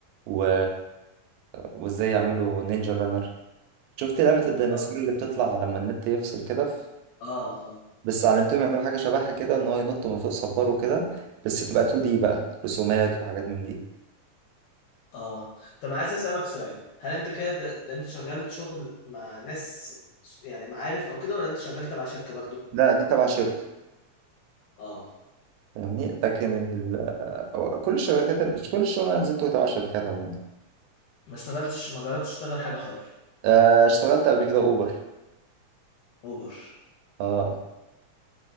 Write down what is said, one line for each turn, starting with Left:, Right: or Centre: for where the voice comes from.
Right: و... وازاي يعملوا نينجا رانر شفت لعبه الديناصور
Left: اه
Right: اللي بتطلع لما النت يفصل كده
Left: اه اه
Right: بس علمتهم يعملوا حاجة شبهها كده ان هو ينط من فوق صبار وكده بس تبقى 2 دي بقى رسومات وحاجات من دي
Left: اه طب عايز أسألك سؤال هل أنت كده ده, ده أنت شغال شغل مع ناس س- يعني معارف أو كده ولا أنت شغال تبع شركة برضو؟
Right: لا دي تبع شركة
Left: اه
Right: فاهمني لكن ال... أو- كل الشركات كل الشغل انا نزلته تبع شركات عموما
Left: ما اشتغلتش ما جربتش تشتغل حاجة حر
Right: آه، اشتغلت قبل كده اوبر
Left: أوبر
Right: اه